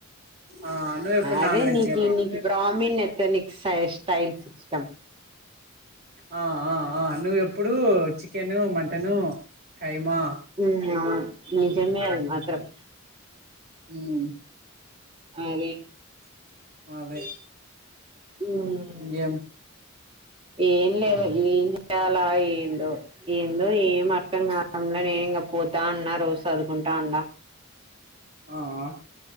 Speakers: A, on the right; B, on the right.
A: ఆ నువ్వు ఎప్పుడు
B: అదే
A: నాన్ వెజ్
B: నీ కి
A: అండి
B: నీ న్ ఎథనిక్స్ స్టైల్ సిస్టమ్
A: ఆ ఆ ఆ నువ్వెప్పుడూ చికెను మటను కైమా
B: ఉ నిజమే మా ఇద్దరం
A: ఉమ్
B: అదే
A: అదే
B: ఉమ్
A: ఏం
B: ఏం లేదు ఏం చెయాలా ఏందో ఏందో ఏం అర్థం కావడం లే నేను ఇంక పోతా అన్నారు సదురుకుంటాడ
A: ఆ ఆ